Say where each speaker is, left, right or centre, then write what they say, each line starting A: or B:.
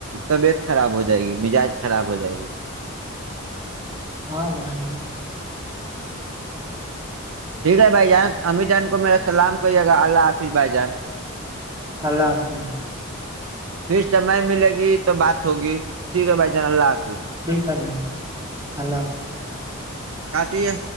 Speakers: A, on the right; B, on the right.
A: طبیعت خراب ہو جائے گی مزاج خراب ہو جائے گی
B: ہاں باہ
A: ٹھیک ہے بھائی جان امی جان کو میرا سلام کریے گا اللہ حافظ بھائی جان
B: اللہ حافظ
A: پھر سمے ملے گی تو بات ہوگی ٹھیک ہے بھائی جان اللہ حافظ
B: ٹیک بھائی اللہ حافظ
A: کاٹی ہے